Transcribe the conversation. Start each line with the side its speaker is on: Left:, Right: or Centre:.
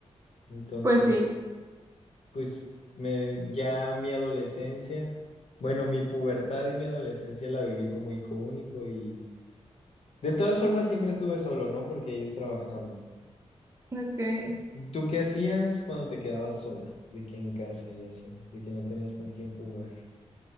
Left: Entonces
Right: pues sí.
Left: pues me, ya mi adolescencia, bueno, mi pubertad y mi adolescencia la viví como hijo único y de todas formas siempre estuve solo, ¿no? Porque ellos trabajaban.
Right: Ok.
Left: ¿Y ¿Tú qué hacías cuando te quedabas sola? De que en casa y así, de que no tenías con quién jugar